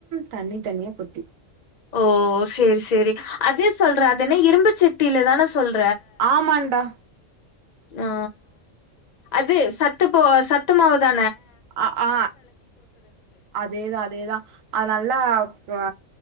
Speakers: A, on the right (about 80°); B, on the left (about 45°).
A: தனித்தனியா கொட்டி
B: ஓ சேரி சேரி அதே சொல்ற அது என்ன இரும்புச்சட்டில தான சொல்
A: ஆமாண்டா
B: ஆ அது சத்து போ சத்துமாவுதா
A: ஆ ஆ அதேதா அதேதா அது நல்லா ஆ